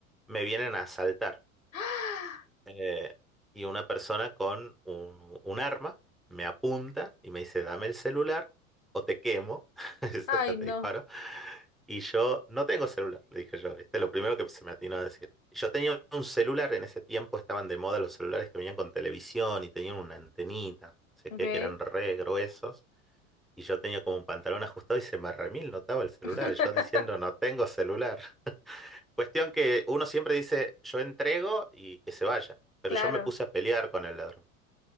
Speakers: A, in the centre; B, on the left.
A: me vienen a asaltar.
B: ¡Ah!
A: eh, y una persona con un, un arma me apunta y me dice, dame el celular o te quemo, <laughs>
B: Ay,
A: o sea, te
B: no.
A: disparo. Y yo no tengo celular, le dije yo, ¿viste? Lo primero que se me atinó a decir. Y Yo tenía un celular, en ese tiempo estaban de moda los celulares que venían con televisión y tenían una antenita, no sé
B: Ok.
A: qué, que eran re gruesos. Y yo tenía como un pantalón ajustado y se me remil notaba el celular,
B: <laughs>
A: yo diciendo, no tengo celular. Cuestión que uno siempre dice, yo entrego y que se vaya. Pero
B: claro.
A: yo me puse a pelear con el ladrón.